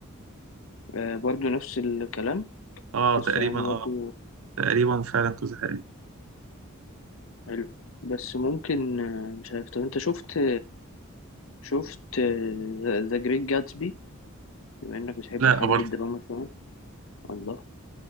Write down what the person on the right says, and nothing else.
اه
تقريبا
اه
تقريبا فعلا قصة حقيقية
لا
آه، برضو